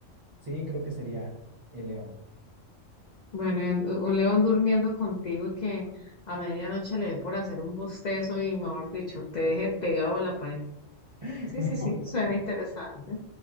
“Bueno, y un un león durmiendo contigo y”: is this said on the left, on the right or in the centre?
Left